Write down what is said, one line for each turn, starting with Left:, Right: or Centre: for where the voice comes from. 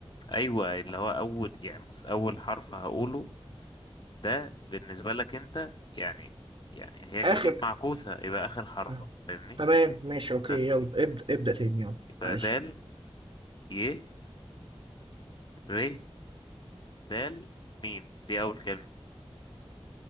Left: ايوه اللي هو اول يعني بص اول حرف هقوله ده بالنسبه لك انت يعني يعني هي كلمات
Right: اخر
Left: معكوسه يبقى اخر حرف
Right: آه.
Left: فاهمني
Right: تمام ماشي اوكي
Left: بس
Right: يلا ابدا ابدا تاني يلا
Left: يبقى
Right: معلش
Left: دال ي ر دال ميم دي أول كلمة